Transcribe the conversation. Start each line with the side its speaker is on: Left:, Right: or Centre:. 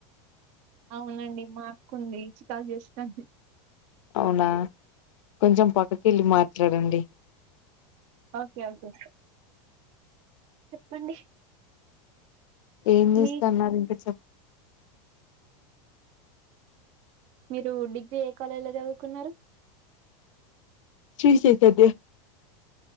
Right: అవునండి మా అక్క ఉంది చికాకు చేస్తాంది
Left: అవునా కొంచెం పక్కకి వెళ్ళి మాట్లాడండి
Right: ఓకే ఓకే చెప్పండి
Left: ఏం చేస్తన్నారు
Right: మీ
Left: ఇంకా చెప్
Right: మీరు డిగ్రీ ఏ కాలేజీలో చదువుకున్నారు
Left: శ్రీ చైతత్య